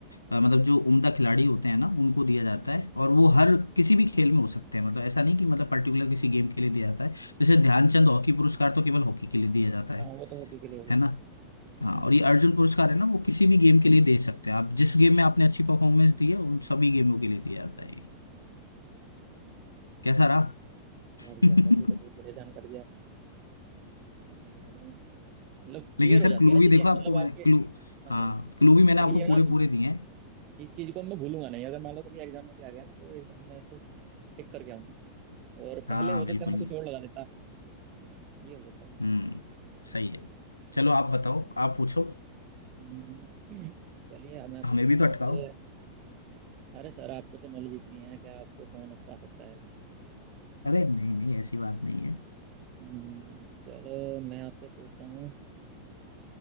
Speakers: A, on the left; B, on the right.
A: अ, मतलब जो उम्दा खिलाड़ी होते हैं ना उनको दिया जाता
B: हम्म हम्म,
A: है और वो हर किसी भी खेल में हो सकते हैं मतलब ऐसा नहीं कि मतलब पर्टिकुलर किसी गेम के लिए दिया जाता है जैसे ध्यानचंद
B: अच्छा अच्छा।
A: हॉकी पुरस्कार तो केवल हॉकी के लिए दिया जाता है
B: हाँ वो तो हॉकी के लिए हो गया
A: है ना
B: हम्म,
A: हाँ और ये अर्जुन पुरस्कार है ना वो किसी भी गेम के लिए दे सकते हैं आप जिस गेम में आपने अच्छी परफॉर्मेंस दी है उन सभी गेमों के लिए दिया जाता है
B: हम्म,
A: कैसा रहा
B: बढ़िया
A: <laughs>
B: सर ये तो बहुत बढ़िया जानकारी दी आपने कहीं ना कहीं मतलब क्लियर
A: लेकिन सर
B: हो जाती
A: क्लू
B: है ना
A: भी देखो
B: चीजें
A: आपको
B: मतलब
A: मैंने
B: आपके
A: क्लू
B: हाँ
A: हाँ क्लू भी मैंने
B: अभी
A: आपको
B: ये
A: पूरे
B: ना
A: पूरे दिए हैं
B: इस चीज को मैं भूलूंगा नहीं अगर मान लो कभी एग्जाम में भी आ गया ना तो एकदम से मैं इसको टिक करके आऊंगा और पहले
A: हाँ
B: हो सकता
A: बिल्कुल
B: है मैं कुछ और लगा लेता ये हो सकता है
A: हम्म सही है चलो आप बताओ आप पूछो
B: हम्म, <clears throat> चलिए अब मैं पूछता
A: हमें भी
B: हूँ
A: तो अटकाओ
B: आपसे अरे सर आपको तो नॉलेज इतनी है कि आपको कौन अटका सकता है
A: अरे नहीं नहीं ऐसी बात नहीं है
B: हम्म, चलो मैं आपसे पूछता हूँ